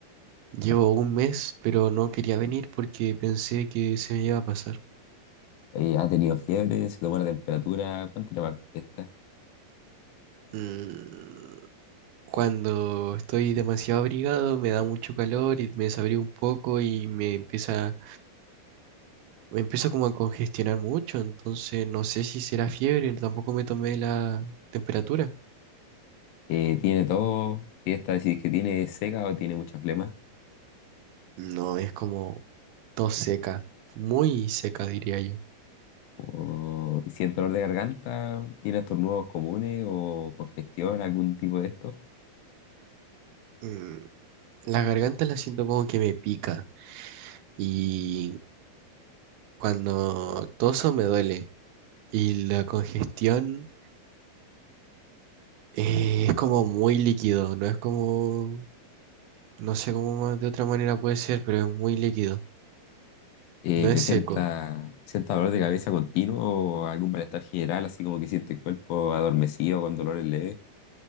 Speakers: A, on the right; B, on the left.
A: Llevo un mes, pero no quería venir porque pensé que se me iba a pasar.
B: Eh, ¿ha tenido fiebre? ¿Se tomó la temperatura? ¿Cuánto le marcó esta?
A: Mm, Cuando estoy demasiado abrigado, me da mucho calor y me desabrigo un poco y me empieza me empiezo como a congestionar mucho, entonces no sé si será fiebre, tampoco me tomé la temperatura.
B: Eh, ¿tiene todo? Si esta decís que tiene seca o tiene mucha flema?
A: No, es como tos seca, muy seca diría yo.
B: ¿O siente dolor de garganta? ¿Tiene estornudos comunes o congestión, algún tipo de esto?
A: Mm, La garganta la siento como que me pica y cuando toso me duele y la congestión eh, es como muy líquido, no es como, no sé cómo más de otra manera puede ser, pero es muy líquido,
B: Eh,
A: no es
B: ¿presenta,
A: seco.
B: presenta dolor de cabeza continuo o algún malestar general, así como que siente el cuerpo adormecido con dolores leves?